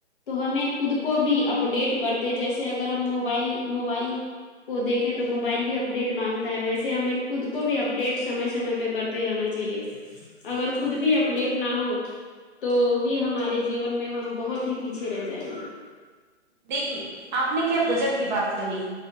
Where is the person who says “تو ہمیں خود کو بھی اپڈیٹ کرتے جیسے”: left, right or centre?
Left